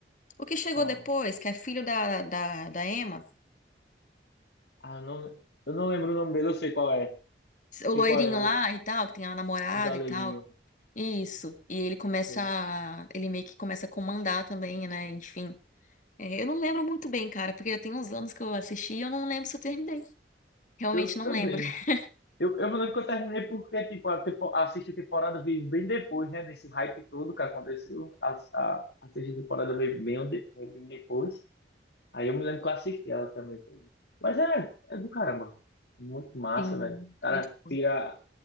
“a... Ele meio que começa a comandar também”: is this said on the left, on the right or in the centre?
Left